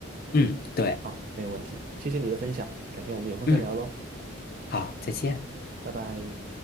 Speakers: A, on the left (about 45°); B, on the right (about 45°).
A: 嗯，对，
B: 好，没有问题。谢谢你的分享，改天我们有空再聊喽，
A: 嗯，好，再见。
B: 拜拜。